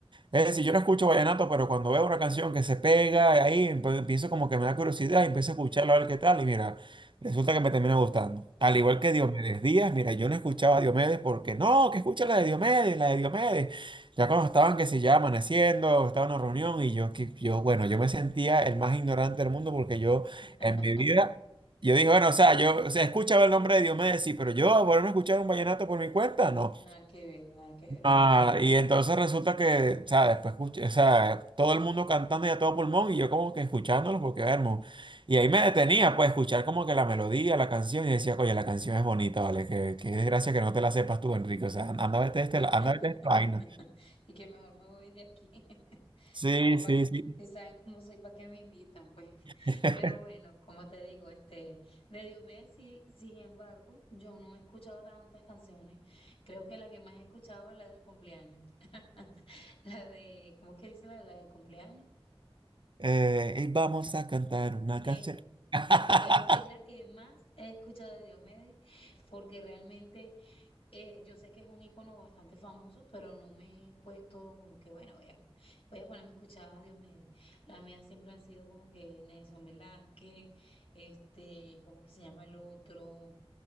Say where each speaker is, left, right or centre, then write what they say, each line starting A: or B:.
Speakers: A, on the right; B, on the left.
A: Es decir, yo no escucho vallenato, pero cuando veo una canción que se pega ahí, emp- empiezo como que me da curiosidad y empiezo a escucharla a ver qué tal. Y mira, resulta que me termina gustando. Al igual
B: No,
A: que Diomedes Díaz, mira, yo no escuchaba a Diomedes porque no, que escucha la de Diomedes, la de Diomedes. Ya cuando estaban, que se ya amaneciendo, estaba en una reunión y yo, que- yo, bueno, yo me sentía el más ignorante del mundo porque yo
B: <laughs>
A: en mi vida. Yo dije, bueno, o sea, yo, o sea, escuchaba el nombre de Diomedes, sí, pero yo volverme a escuchar un vallenato por mi cuenta, no.
B: nada que ver, nada que ver,
A: Ah,
B: ¿verdad?
A: y entonces resulta que, o sea, después escuché, o sea, todo el mundo cantando y a todo pulmón y yo como que escuchándolos porque, hermano, y ahí me detenía, pues, escuchar como que la melodía, la canción y decía, oye, la canción es bonita, ¿vale? Qué, qué desgracia que no te la sepas tú, Enrique, o sea, anda a verte este,
B: <laughs>
A: anda a verte esta vaina.
B: Y que mejor me voy de aquí. <laughs>
A: Sí,
B: Que pa-
A: sí, sí.
B: si saben cómo soy, ¿para qué me invitan? Pues,
A: <laughs>
B: pero bueno, como te digo, este, de Diomedes, sí, sin embargo, yo no he escuchado tantas canciones. Creo que la que más he escuchado es la del cumpleaños. <laughs> La de, ¿cómo es que dice la, la del cumpleaños?
A: Eh, y vamos a cantar una
B: Esa,
A: canción. <laughs>
B: eh, creo que es la que más he escuchado de Diomedes, porque realmente eh, yo sé que es un icono bastante famoso, pero no me he puesto como que, bueno, voy a, voy a ponerme a escuchar a Diomedes. Las mías siempre han sido como que Nelson Velázquez, este, ¿cómo que se llama el otro?